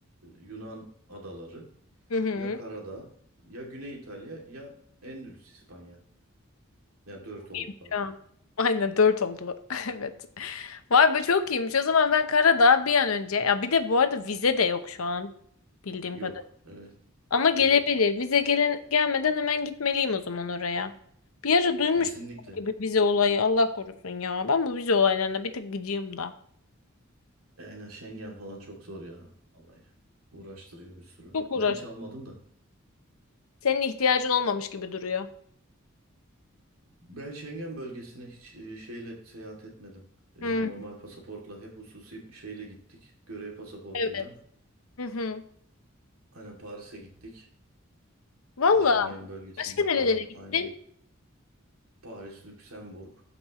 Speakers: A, on the right; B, on the left.
A: Yunan adaları
B: Hı hı.
A: Ya Karadağ, ya Güney İtalya, ya Endülüs İspanya. Ya dört oldu
B: Şu
A: pardon.
B: an. Aynen dört oldu. <laughs> Evet. Vay be çok iyiymiş. O zaman ben Karadağ bir an önce. Ya bir de bu arada vize de yok şu an. Bildiğim
A: Yok.
B: kadarıyla.
A: Evet.
B: Ama gelebilir.
A: Yok.
B: Vize gele gelmeden hemen gitmeliyim o zaman oraya. Bir ara duymuştum
A: Kesinlikle.
B: gibi vize olayı. Allah korusun ya. Ben bu vize olaylarına bir tık gıcığım da.
A: Aynen Schengen falan çok zor ya. Vallahi. Uğraştırıyor bir sürü.
B: Çok uğraştım.
A: Ben hiç almadım da.
B: Senin ihtiyacın olmamış gibi duruyor.
A: Ben Schengen bölgesine hiç e, şeyle seyahat etmedim. E,
B: Hı,
A: Normal pasaportla hep hususi şeyle gittik. Görev pasaportuyla.
B: evet. Hı hı.
A: Aynen Paris'e gittik.
B: Valla
A: E, Schengen bölgesinde
B: başka nerelere
A: kalan.
B: gittin?
A: Aynen. Paris, Lüksemburg.